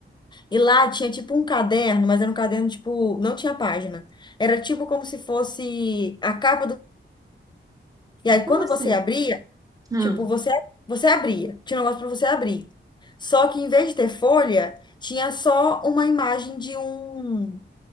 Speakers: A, on the left (about 20°); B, on the right (about 15°).
A: E lá tinha tipo um caderno, mas era um caderno tipo, não tinha página. Era tipo como se fosse a capa do. E aí,
B: Como
A: quando
B: assim?
A: você abria,
B: Ah,
A: tipo, você, você abria. Tinha um negócio pra você abrir. Só que em vez de ter folha, tinha só uma imagem de um.